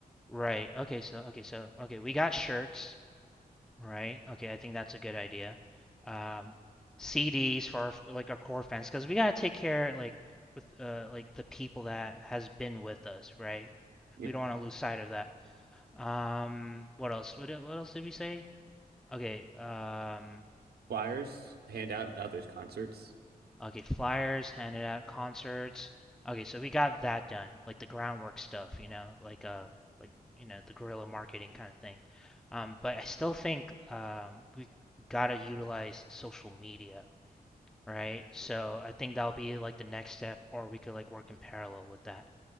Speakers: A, in the centre; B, on the right.
A: Right. Okay, so okay, so okay, we got shirts. Right. Okay, I think that's a good idea. Um, CDs for our, like our core fans because we gotta take care like with uh like the people that has been with us, right?
B: Yep.
A: We don't want to lose sight of that. Um, what else? What e- what else did we say? Okay. Um,
B: Flyers, hand out in others' concerts.
A: okay, flyers handed out concerts. Okay, so we got that done, like the groundwork stuff, you know, like uh like you know the guerrilla marketing kind of thing. Um, but I still think um we we gotta utilize social media right? So I think that'll be like the next step, or we could like work in parallel with that.